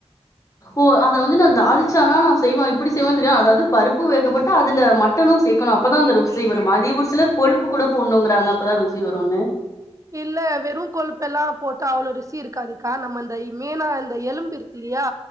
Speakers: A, on the left; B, on the right.
A: ஓ அத வந்து நா தாலிச்சாலா நா செய்வாய் ப்படி செய்வோனு தெரியா அதாவது பருப்பு வேகப்போட்டு அதுல மட்டனு சேக்கணு அப்பதா அந்த ருசி வருமா றி ஒரு சிலர் கொழுப்புக்கு ட போட்ணுங்குறாங்க அப்பதா ருசி வருனு
B: இல்ல வெறு கொழுப்பெல்லா போட்டா அவ்ளோ ருசி இருக்காதுக்கா நம்ம அந்த இ மேனா அந்த எலும்பு இருக்கு யா